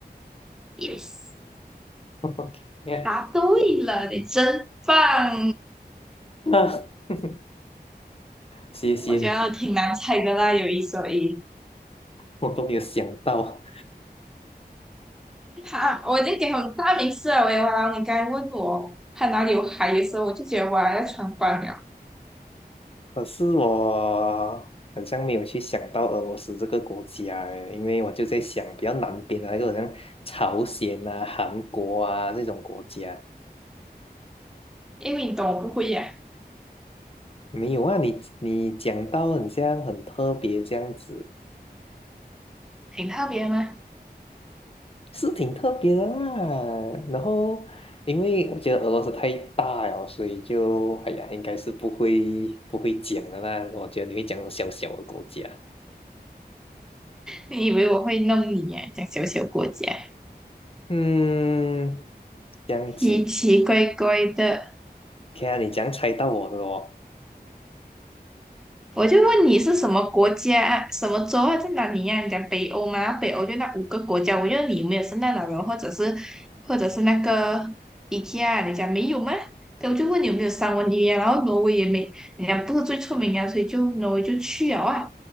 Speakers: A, in the centre; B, on the left.
A: Yes，
B: <laughs> 你看，
A: 答对了，你真棒！
B: 啊 <laughs> 谢谢你，
A: 我觉得挺难猜的啦，有一说一。
B: 我都没有想到。
A: 好，我已经给很大名次了，喂，哇，你刚才问我他哪里有海的时候我就觉得哇要穿帮了，
B: 可是我好像没有去想到俄罗斯这个国家诶，因为我就在想比较南边的那个，好像朝鲜啊、韩国啊这种国家。
A: 因为你懂我不会呀、
B: 没有啊，你你讲到很像很特别这样子。
A: 挺特别吗？
B: 是挺特别的啦。然后，因为我觉得俄罗斯太大了，所以就哎呀，应该是不会不会讲的啦。我觉得你会讲小小的国家。
A: 你以为我会弄你呀、讲小小国家，
B: 嗯，这样子
A: 奇奇怪怪的。
B: ，OK 啊，你这样猜到我的哦。
A: 我就问你是什么国家啊、什么州啊，在哪里呀、你讲北欧吗？北欧就那五个国家，我就有没有圣诞老人，或者是或者是那个 IKEA 你讲没有吗？对，我就问你有没有三文鱼啊，然后挪威也没，人家不是最出名啊，所以就挪威就去了啊，